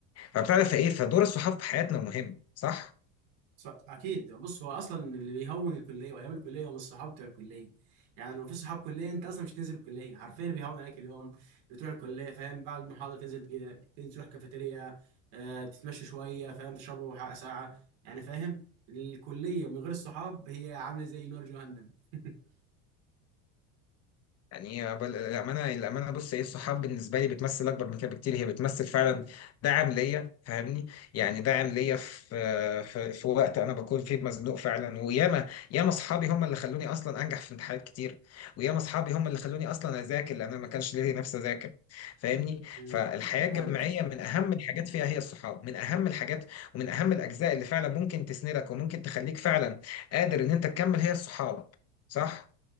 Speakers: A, on the left (about 40°); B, on the right (about 65°).
A: فبتعرف ايه فدور الصحاب في حياتنا مهم صح
B: ص- اكيد بص هو اصلا اللي بيهون الكليه وايام الكليه هم الصحاب بتوع الكليه يعني لو في صحاب كليه انت اصلا مش تنزل الكليه حرفيا اللي بيهون عليك اليوم بتروح الكليه فاهم بعد المحاضره تنزل كده تنزل تروح كافيتيريا آه تتمشى شويه فاهم تشربوا حق ساعه يعني فاهم الكليه من غير الصحاب هي عامله زي نار جهنم <laughs>
A: يعني هي بل- الأمانة الأمانة بص إيه الصحاب بالنسبة لي بتمثل أكبر من كده بكتير هي بتمثل فعلا دعم ليا فاهمني يعني دعم ليا في في, في وقت أنا بكون فيه مزنوق فعلا وياما ياما أصحابي هم اللي خلوني أصلا أنجح في امتحانات كتير وياما أصحابي هم اللي خلوني أصلا أذاكر لأن أنا ما كانش ليا نفسي أذاكر فاهمني
B: مم.
A: فالحياة
B: فاهمك
A: الجامعية من أهم الحاجات فيها هي الصحاب من أهم الحاجات ومن أهم الأجزاء اللي فعلا ممكن تسندك وممكن تخليك فعلا قادر إن أنت تكمل هي الصحاب صح؟